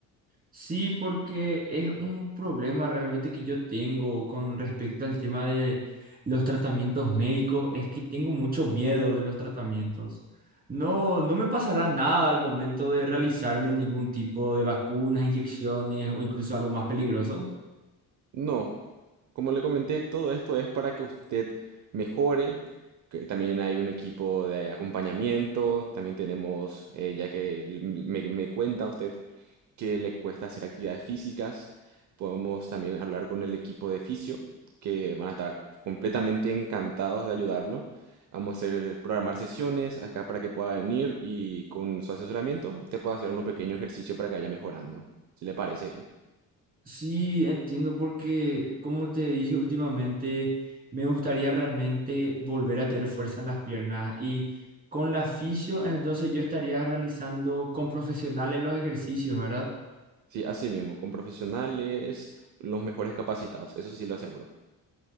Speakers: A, on the right; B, on the right.
A: Sí, porque es un problema realmente que yo tengo con respecto al tema de los tratamientos médicos, es que tengo mucho miedo de los tratamientos. No, no me pasará nada al momento de realizarme ningún tipo de vacunas, inyecciones o incluso algo más peligroso.
B: No, Como le comenté, todo esto es para que usted mejore. que también hay un equipo de acompañamiento. También tenemos, eh, ya que l- m- me, me cuenta usted que le cuesta hacer actividades físicas, podemos también hablar con el equipo de fisio, que van a estar completamente encantados de ayudarlo. Vamos a hacer programar sesiones acá para que pueda venir y con su asesoramiento usted pueda hacer unos pequeños ejercicios para que vaya mejorando, si le parece bien.
A: Sí, entiendo porque, como te dije últimamente, me gustaría realmente volver a tener fuerza en las piernas y con la fisio, entonces yo estaría realizando con profesionales los ejercicios, ¿verdad?
B: Sí, así mismo, con profesionales, los mejores capacitados, eso sí lo aseguro.